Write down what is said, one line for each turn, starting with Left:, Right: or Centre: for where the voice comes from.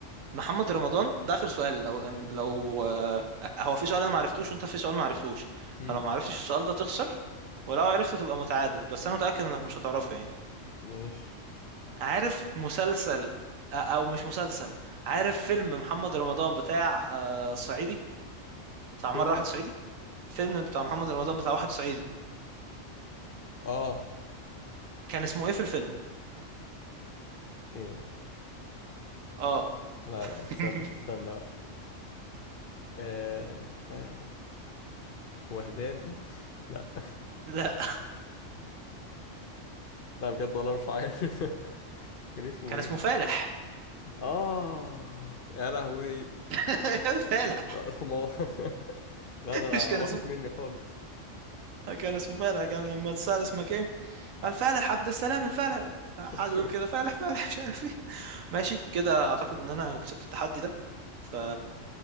Right: محمد رمضان ده آخر سؤال لو لو آه هو في سؤال أنا معرفتوش وأنت في سؤال معرفتوش
Left: مم.
Right: فلو معرفتش السؤال ده تخسر ولو عرفت تبقى متعادل بس أنا متأكد إنك مش هتعرفه يعني
Left: ماشي
Right: عارف مسلسل آه أو مش مسلسل عارف فيلم محمد رمضان بتاع آه صعيدي بتاع
Left: فيلم
Right: مرة واحد صعيدي فيلم بتاع محمد رمضان بتاع واحد صعيدي
Left: اه
Right: كان اسمه إيه في الفيلم؟
Left: ايه ده
Right: آه
Left: لا لا
Right: <laughs>
Left: استنى استنى بقى آه... مش عارف. وهدان <laughs> لا
Right: لا
Left: لا بجد والله مش عارف <laughs> كان اسمه
Right: كان
Left: ايه
Right: اسمه فالح
Left: اه يا لهوي
Right: <laughs> فالح
Left: لا طب ما هو- <laughs> لا ده
Right: مش كان
Left: راحت
Right: اسمه
Left: مني خالص
Right: كان اسمه فالح كان لما اتسأل اسمك ايه قال فالح عبد السلام الفالح قعد
Left: <laughs>
Right: يقول كده فالح فالح مش عارف ايه ماشي كده اعتقد ان انا كسبت التحدي ده ف